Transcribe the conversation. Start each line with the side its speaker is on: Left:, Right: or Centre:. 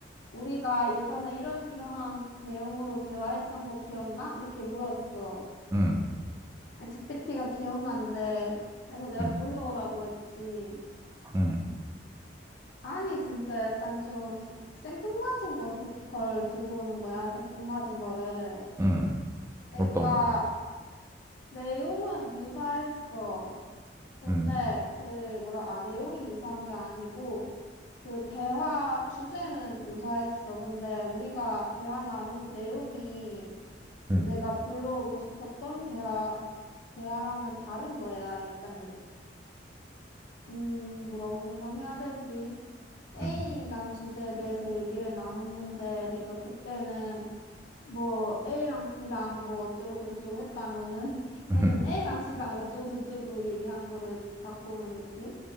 Left: 우리가 예전에 이런, 이러한 내용으로 대화했던 거 기억나? 이렇게 물었어.
Right: 음,
Left: GPT가 기억난대. 그래서 내가
Right: 음,
Left: 불러오라고 했지.
Right: 음,
Left: 아니, 진짜 약간 좀 생- 생뚱맞은 것을, 걸 들고 오는 거야, 생뚱맞은 거를.
Right: 음,
Left: 그러니까,
Right: 어떤,
Left: 내용은 유사했어. 근데,
Right: 음,
Left: 그, 뭐라, 아, 내용이 유사한 게 아니고, 그, 대화, 주제는 유사했어. 근데, 우리가 대화 나눈 내용이
Right: 음,
Left: 그 내가 불러오고 싶었던 대화, 대화랑은 다른 거야. 약간, 음, 뭐라고 설명해야 되지? A란
Right: 음.
Left: 주제에 대해서 얘기를 나눴는데 내가 그때는 뭐 A랑 B랑 뭐 어쩌고 저쩌고 했다면은 <laughs> 걔는
Right: <laughs>
Left: A랑 C랑 어쩌고 저쩌고 얘기한 거를 갖고 오는 느낌?